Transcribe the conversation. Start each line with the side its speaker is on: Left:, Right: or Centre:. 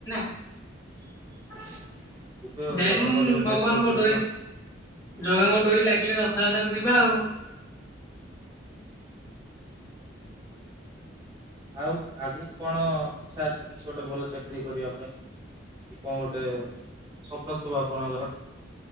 Left: <unintelligible>
Right: ଯିବେ ଆଉ
Left: ଯାଇନୁ
Right: ଜଗାଙ୍କ ଡୋରି
Left: ଭଗବାନଙ୍କୋ
Right: ଲାଗିବ କୋଉଦିନ
Left: ଡୋରି ଜଗାଙ୍କ ଡୋରି ଲାଗିଲେ ରଥ ରଥଯାତ୍ରା କୁ ଯିବା ଆଉ
Right: ଆଉ ଆଗକୁ କଣ ଇଚ୍ଛା ଅଛି କିଛି ଗୋଟେ ଭଲ ଚାକିରୀ କରିବା ପାଇଁ? କି କଣ ଗୋଟେ ସ୍ୱପ୍ନ ଥିବ ଆପଣଙ୍କର?